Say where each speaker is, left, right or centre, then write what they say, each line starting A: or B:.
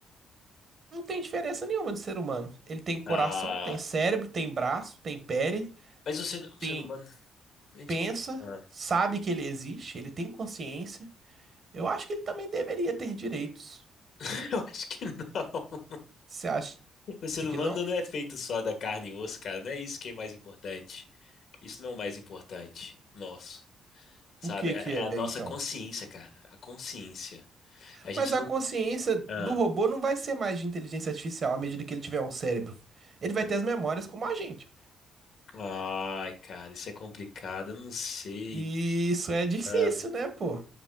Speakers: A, on the right; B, on the left.
A: Não tem diferença nenhuma de ser humano. Ele tem coração,
B: ah,
A: tem cérebro, tem braço, tem pele,
B: mas o ser, o
A: tem
B: ser humano. A gente
A: pensa,
B: não. ah,
A: sabe que ele existe, ele tem consciência. Eu acho que ele também deveria ter direitos.
B: <laughs> Eu acho que não.
A: Você acha
B: O ser humano
A: que não?
B: não é feito só da carne e osso, cara. Não é isso que é mais importante. Isso não é o mais importante. Nosso. Sabe?
A: O que
B: É
A: que
B: é a nossa
A: é então?
B: consciência, cara. A consciência. A gente
A: Mas a
B: não.
A: consciência
B: Ah.
A: do robô não vai ser mais de inteligência artificial à medida que ele tiver um cérebro. Ele vai ter as memórias como a gente.
B: Ai, cara, isso é complicado. Eu não sei.
A: E isso é difícil,
B: Ah.
A: né, pô?